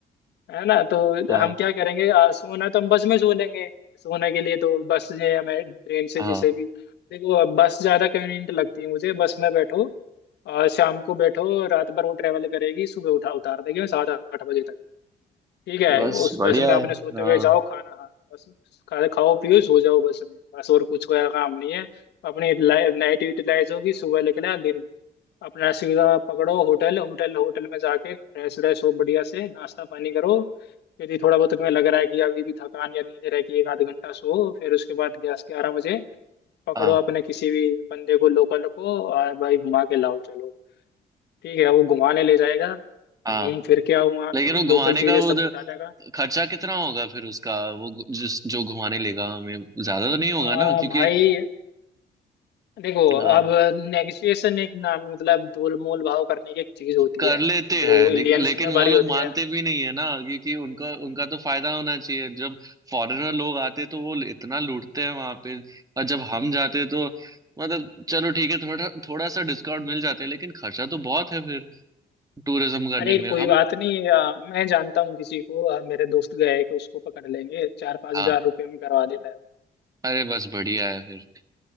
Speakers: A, on the left; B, on the right.
A: है ना तो
B: हाँ
A: हम क्या करेंगे आ, सोना तो हम बस में सो लेंगे सोने के लिए तो बस जो है हमें ट्रेन से
B: हाँ
A: जैसे भी देखो अब बस ज्यादा कन्वीनियंट लगती है मुझे बस में बैठो और शाम को बैठो रात भर वो ट्रेवल करेगी सुबह उठा उतार देगी सात आठ बजे तक ठीक है
B: बस
A: उस
B: बढ़िया
A: बस में
B: है
A: आपने सोते
B: हाँ
A: हुए जाओ खाना हाँ बस खाना खाओ पियो सो जाओ बस में बस और कुछ कोई काम नहीं है अपनी नाइट यूटिलाइज होगी सुबह निकला दिन अपना सीधा पकड़ो होटल होटल होटल में जाके फ्रेश व्रेश हो बढ़िया से नाश्ता पानी करो यदि थोड़ा बहुत तुम्हें लग रहा है कि अभी भी थकान या नींद रह गई एक आध घंटा सो फिर उसके बाद ग्यारह ग्यारह बजे पकड़ो
B: हाँ
A: अपने किसी भी बंदे को लोकल को और भाई घुमा के लाओ चलो ठीक है वो घुमाने ले जाएगा
B: हाँ
A: घूम फिर के आओ वहाँ
B: लेकिन
A: पे
B: वो घुमाने
A: लोकल चीजें
B: का
A: सब
B: वो जो-
A: बता देगा
B: खर्चा कितना होगा फिर उसका वो गु- जिस जो घुमाने लेगा हमें ज्यादा तो नहीं होगा
A: आ,
B: ना क्योंकि
A: भाई देखो
B: हाँ
A: अब नेगोशिएशन एक नाम मतलब तोल मोल भाव करने की एक चीज होती
B: कर
A: है
B: लेते
A: जो
B: हैं ले,
A: इंडियंस
B: लेकिन
A: में भरी
B: वो लोग
A: होती
B: मानते
A: है
B: भी नहीं है ना क्योंकि उनका उनका तो फायदा होना चाहिए जब फॉरेनर लोग आते तो वो इतना लूटते हैं वहां पे और जब हम जाते तो मतलब चलो ठीक है थोड़ा थोड़ा सा डिस्काउंट मिल जाता है लेकिन खर्चा तो बहुत है फिर टूरिज्म करने
A: अरे
B: में
A: कोई
B: हम
A: बात नहीं आ, मैं जानता हूँ किसी को आ, मेरे दोस्त गए हैं कि उसको पकड़ लेंगे चार पांच
B: हाँ
A: हजार रुपये में करवा देता है वो
B: अरे बस बढ़िया है फिर